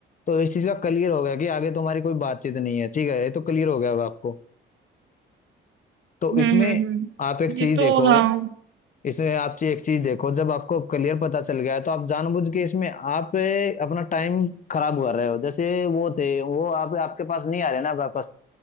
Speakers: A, on the left (about 40°); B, on the right (about 75°).
A: तो इस चीज का क्लियर हो गया कि आगे तुम्हारी कोई बातचीत नहीं है ठीक है ये तो क्लियर हो गया होगा आपको तो
B: हम्म
A: इसमें
B: हम्म हम्म
A: आप एक चीज
B: ये तो
A: देखो
B: हाँ
A: इसमें आप ची- एक चीज देखो जब आपको क्लियर पता चल गया है तो आप जानबूझ के इसमें आप ए, अपना टाइम खराब कर रहे हो जैसे वो थे वो आप आपके पास नहीं आ रहे ना वापस